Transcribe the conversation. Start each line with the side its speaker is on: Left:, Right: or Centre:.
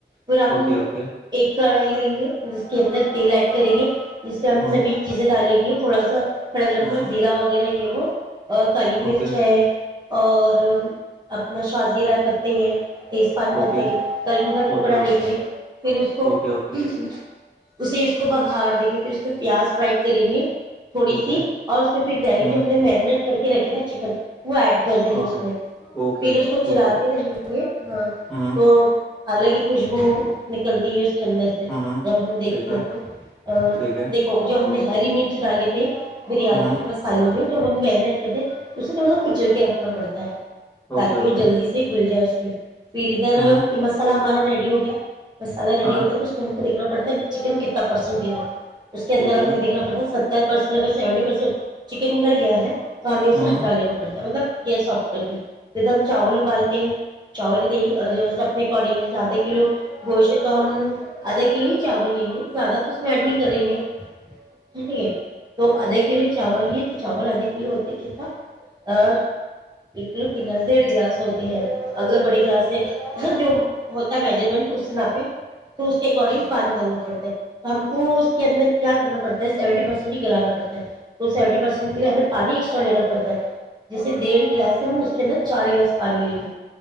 Right: پھر ہم
Centre: اوکے اوکے
Right: ایک کڑھائی لیں گے جس کے اندر تیل ایڈ کریں گے جس پہ ہم
Centre: ہ
Right: سبھی چیزیں ڈالیں گے تھوڑا سا کیرہ
Centre: ہ
Right: زیرہ وغیرہ یہ وہ ا کال میر
Centre: اوکے
Right: <unintelligible> اور اپنا شازی رائے پتے ہیں تیز پان
Centre: اوکے
Right: پتے قلم کا ٹکڑا
Centre: اوکے
Right: لیں گے پھر اس
Centre: اوکے
Right: کو
Centre: اوکے اوکے
Right: اسے اس کو بگھار دیں گے پھر اس میں پیاز فرائڈ کریں گے تھوڑی
Centre: اوکے
Right: سی اور اس میں پھر ڈائریکٹ
Centre: ہ
Right: جو ہم نے مرینیٹ کر کے رکھی ت چکن <unintelligible> وہ ایڈ کر دیں
Centre: اوکے
Right: گے اس میں
Centre: اوکے
Right: پھر اس کو چلاتے
Centre: اوکے
Right: رہیں گے ہاں
Centre: ہ
Right: تو الگ ہی خوشبو نکلتی ہے اس <unintelligible> اندر سے
Centre: ہ
Right: جب ہم دیکھتے
Centre: ٹھیک ہے
Right: ہیں تو ا
Centre: ٹھیک ہے
Right: دیکھو جو ہم نے <unintelligible> ہری مرچ ڈال تھے <unintelligible> بریانی
Centre: ہ
Right: کے مسالے میں میرینیٹ کرتے اسے تھوڑا <unintelligible> کچل کے رکھنا پڑتا ہے
Centre: اوکے
Right: <unintelligible> تاکہ
Centre: اوکے
Right: وہ جلدی سے ہی گل جائے جی <unintelligible> پھر ادھر
Centre: ہ
Right: مسالا ہمارا ریڈی ہو گیا <unintelligible> مسلا ریڈی
Centre: ہاں
Right: ہوتا تو اس بھروں <unintelligible> دیکھنا پڑتا ہے چکن کتنا پرسنٹ گ <unintelligible> اس کے اندر
Centre: ٹھیک ہے
Right: اپنے دیکنا پڑتا س ٹ اگر سیونٹی پرسینٹ چکن نل گیا ہے <unintelligible> تو ہمیں اسے
Centre: ہ
Right: ہٹا لاڑتا ہے <unintelligible> مطلب گیس آف کر دی ایک د ہم چاول ابالتے ہیں چاول کے س اپنے <unintelligible> آدھا کلو گوشے تو ہم آدھا کلو ہی چاول لیں گے زیادہ <unintelligible> تو اس میں ایڈ نہیں کریں گے ٹھیک ہے تو آدا کلو ہی چاول یہ تو چاول آدھے کلو ہوتے کس س آ ایک لوکنگس ڈیڑھ گلاس ہوتی ہے اگر پڑھی کلاسیںب جو ہوتا میجرمنٹ اس تو اس کے اکارڈنگ پانی ڈالنا پڑتا ہے تو ہم کو اس کے اندر کیا کرنا پڑتا ہے سیونٹی پرسینٹ ہی گلانا پڑتا ہے سیونٹی پرسینٹ کےے ہمیں پانی چلم پڑتا ہے جیسے ڈیھ گلاس میں کہ چار گلاس پانی لین